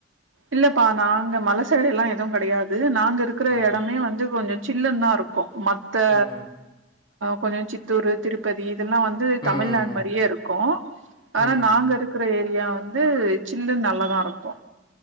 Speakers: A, on the right; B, on the left.
A: இல்லப்பா நாங்க மலை சைடு எல்லா எதுவும் கிடையாது நாங்க இருக்கிற
B: ஆ
A: இடமே வந்து கொஞ்ச சில்லு தான் இருக்கு மத்த
B: ம்
A: கொஞ்ச சித்தூரு திருப்பதி இதெல்லா வந்து
B: ம்
A: தமிழ்நாடு மாரியே இருக்கு ஆனா
B: ம்
A: நாங்க இருக்கிற ஏரியா வந்து சில்லு நல்லதா இருக்கு